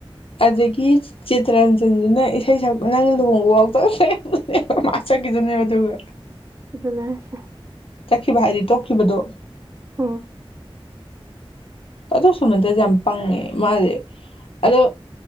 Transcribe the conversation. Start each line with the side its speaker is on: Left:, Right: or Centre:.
Left: ꯑꯗꯒꯤ ꯆꯤꯇꯔꯟꯖꯟꯗꯨꯅ ꯏꯁꯩ ꯁꯛꯄ ꯅꯪ ꯂꯨꯍꯣꯡꯕ ꯐꯥꯎ ꯇꯧ꯭ꯔꯦ ꯑꯁꯆꯥ ꯀꯖꯅꯤ ꯋꯥꯗꯒ
Right: ꯑꯗꯨꯅꯦ ꯍꯥꯏꯁꯦ
Left: ꯆꯠꯈꯤꯕ ꯍꯥꯏꯗꯤ ꯇꯣꯛꯈꯤꯕꯗꯣ
Right: ꯍꯝ
Left: ꯑꯣ ꯁꯨꯃꯇꯗꯤ ꯌꯥꯝ ꯄꯪꯉꯦ ꯃꯥꯁꯦ ꯑꯗꯣ